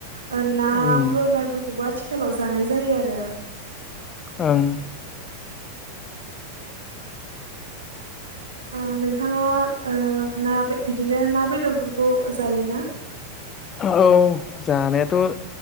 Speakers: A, on the right (about 70°); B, on the left (about 25°).
A: ओ ना
B: उम
A: ब्रयलारफोरखौबो आथि गोलाव जानाय जायो आरो
B: ओं
A: ओ नोंथाङा ओ ना बि-बिदिनो ना बेदरफोरखौ जायोना
B: औ जानायाथ'